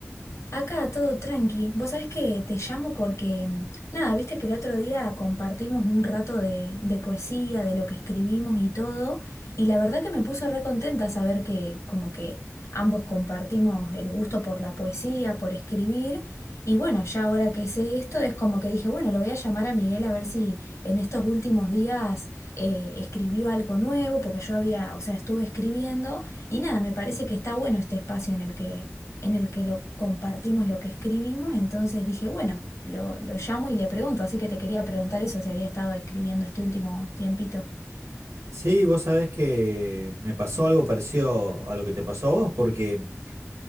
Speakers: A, on the left; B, on the right.
A: Acá todo tranqui. Vos sabés que te llamo porque, mm, nada, viste que el otro día compartimos un rato de, de poesía, de lo que escribimos y todo, y la verdad que me puso re contenta saber que como que ambos compartimos el gusto por la poesía, por escribir, y bueno, ya ahora que sé esto es como que dije, bueno, lo voy a llamar a Miguel a ver si en estos últimos días eh, escribió algo nuevo, porque yo había, o sea, estuve escribiendo, y nada, me parece que está bueno este espacio en el que en el que lo compartimos lo que escribimos, entonces dije, bueno, lo, lo llamo y le pregunto, así que te quería preguntar eso, si había estado escribiendo este último tiempito.
B: Sí, vos sabés que me pasó algo parecido a lo que te pasó a vos, porque